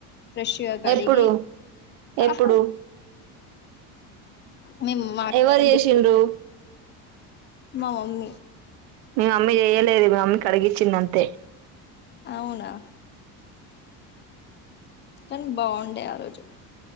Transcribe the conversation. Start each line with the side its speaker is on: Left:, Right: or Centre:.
Left: ఫ్రెష్గా కడిగి
Right: ఎప్పుడు ఎప్పుడు
Left: అహ మీమ్ మా అక్క
Right: ఎవరు
Left: వాళ్ళింటిక్
Right: చేసిండ్రు
Left: మా మమ్మీ
Right: మీే మమ్మీ చెయలేదు మీ మమ్మీ కడిగించింది అంతే
Left: అవునా కానీ బాగుండే ఆ రోజు